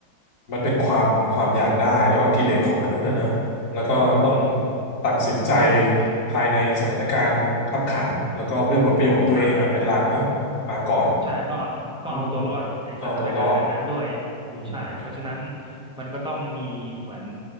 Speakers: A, on the left (about 60°); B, in the centre.
A: มันเป็นความความอยากได้แล้วก็กิเลสของมนุษย์อะนะ แล้วก็ต้องตัดสินใจภายในสถานการณ์คับขัน แล้วก็เพื่อผลประโยชน์ของตัวเองอะเป็นหลักเนาะ
B: ใช่
A: มาก่อน
B: ใช่ต้องเอาต้องเอาตัวรอดในสถานการณ์นั้นๆด้วย
A: อืมก็เอาตัวรอด อืมครับ
B: ใช่เพราะฉะนั้นมันก็ต้องมีเหมือน